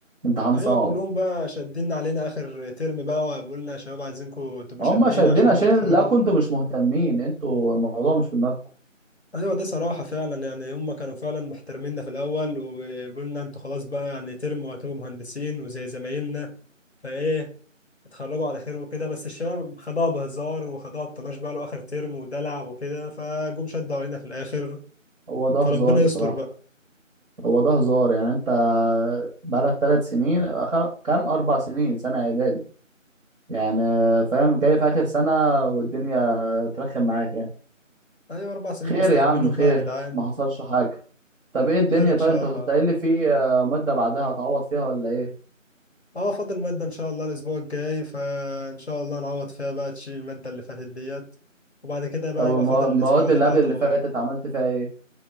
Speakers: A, on the right; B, on the left.
A: امتحان
B: ايوه
A: صعب
B: كلهم بقى شادين علينا اخر ترم بقى وبيقولنا يا شباب عايزينكم تبقوا
A: هم
B: شادين
A: شادين
B: عشان
A: عشان
B: هم تخرجوا
A: لا كنتوا مش مهتمين انتوا الموضوع مش في دماغكم
B: ايوه ده صراحه فعلا يعني هم كانوا فعلا محترميننا في الاول وقلنا انتوا خلاص بقى يعني ترم وهتبقوا مهندسين وزي زمايلنا فايه اتخرجوا على خير وكده بس الشباب خدوها بهزار وخدوها بطناش بقى له اخر ترم ودلع وكده فجم شدوا علينا في الاخر
A: هو ده
B: فربنا
A: هزار بصراحة
B: يستر بقى
A: هو ده هزار يعني انت بقالك ثلاث سنين خل- كام اربع سنين سنة اعدادي يعني فاهم جاي في اخر سنة والدنيا ترخم معاك يعني
B: ايوه اربع سنين
A: خير
B: مستحملينهم
A: يا عم خير
B: بقى يا جدعان
A: ما حصلش حاجة طب ايه الدنيا
B: خير ان
A: طيب
B: شاء
A: انت
B: الله
A: كنت قايل لي في آه، مادة بعدها هتعوض فيها ولا ايه
B: اه فاضل ماده ان شاء الله الاسبوع الجاي فان شاء الله نعوض فيها بقى تشيل الماده اللي فاتت ديت وبعد كده بقى
A: طب
B: يبقى
A: المو-
B: فاضل
A: المواد
B: الاسبوع اللي
A: اللي
B: بعده
A: قبل اللي فاتت عملت فيها ايه